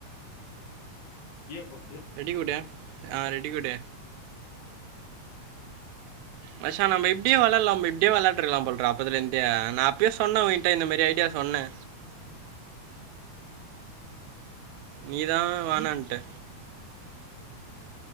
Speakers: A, on the left (about 70°); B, on the right (about 80°).
A: டுயோ போடு டுயோ
B: ரெடி கூடு ஆ ரெடி கூடு மச்சா நம்ம இப்டியே விளாயல நம் இப்டியே விளையாட்டுருலா போற அப்பதுல இருந்து நா அப்யே சொன்னே ஒய் ட்டா இந்த மாரி ஐடியா சொன்னே நீதான் வேனான்ட்ட